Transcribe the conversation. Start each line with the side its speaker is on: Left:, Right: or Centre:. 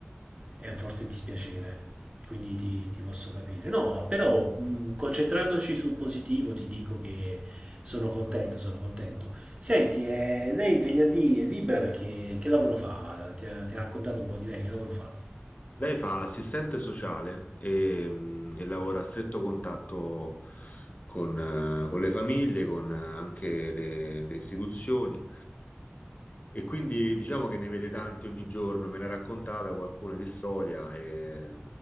Right: è un forte dispiacere. Quindi ti, ti posso capire. No, però mh, concentrandoci sul positivo ti dico che sono contento, sono contento. Senti, eh, lei venerdì è libera perché che lavoro fa? Ti ha, ti ha raccontato un po' di lei, che lavoro fa?
Left: Lei fa l'assistente sociale e, mh, e lavora a stretto contatto con, eh, con le famiglie, con eh, anche le, le istituzioni. E quindi diciamo che ne vede tante ogni giorno, me ne ha raccontata qualcuna di storia e